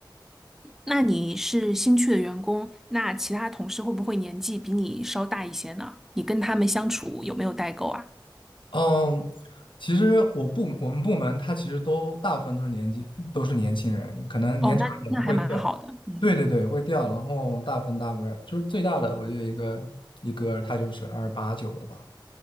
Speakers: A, in the centre; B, on the left.
A: 那你是新去的员工，那其他同事会不会年纪比你稍大一些呢？你跟他们相处有没有代沟啊？
B: 嗯，其实我部我们部门他其实都大部分都是年纪都是年轻人，可能年长一点就会掉。
A: 哦，那那还蛮好的，嗯，
B: 对对对，会掉。然后大部分大部分就是最大的，我觉得一个一哥他就是二八九的吧。